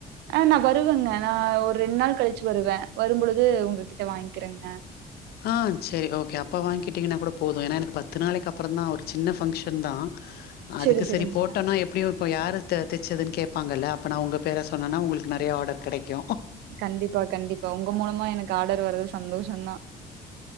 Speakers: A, on the right; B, on the left.
A: ஆ நான் வருவேங்க நான் ஒரு ரெண்டு நாள் கழிச்சு வருவேன் வரும் பொழுது உங்ககிட்ட வாங்கிக்கிறேங்க
B: ஆ சரி ஓகே அப்போ வாங்கிட்டிங்கன்னா கூட போதும் ஏனா எனக்கு பத்து நாளைக்கு அப்புற தான் ஒரு சின்ன ஃபங்க்ஷன் தான் ஆஹ்ஹ் அதுக்கு
A: செரி செரிங்க
B: சரி போட்டோனா எப்படியும் இப்போ யார் தைச்சதுன் கேப்பாங்கல்ல அப்போ நா உங்க பேரை சொன்னேன்னா உங்களுக்கு நிறைய ஆர்டர் கிடைக்கும்
A: கண்டிப்பா கண்டிப்பா உங்க மூலமா எனக்கு ஆர்டர் வர்றது சந்தோஷம்தான்